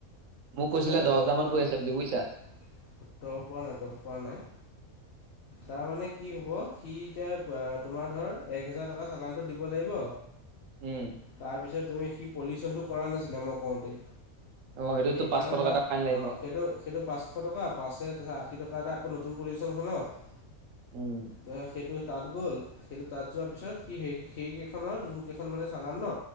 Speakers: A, on the right; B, on the left.
A: মোক কৈছিলে
B: নাই দহ
A: হাজাৰ
B: পোৱা
A: মান পৰি
B: নাই-দহ
A: আছে বুলি বুজিছা
B: পোৱা নাই-দহ পোৱা নাই। তাৰমানে কি হ'ব সি এতিয়া তোমাৰ ধৰ এক হেজাৰ টকা চালানটো দিব লাগিব।
A: উম,
B: তাৰপিছত তুমি সি পলিউচনটো কৰা নাছিলা মই কওতে।
A: অ সেইটোতো
B: সেইকাৰণে
A: পাঁচশ টকা
B: তাত
A: এটা ফাইন লাগিব
B: আ সেইটো সেইটো পাছ এশ টকা পাছে আশী টকা এটা আকৌ নতুন পলিউচনৰ সময়ত।
A: উম,
B: ত'সেইটো তা'ত গ'ল। সেইটো তাত যোৱাৰ পিছত সি সেই-সেইকেইখনৰ যোন কেইখন মানে চালান ন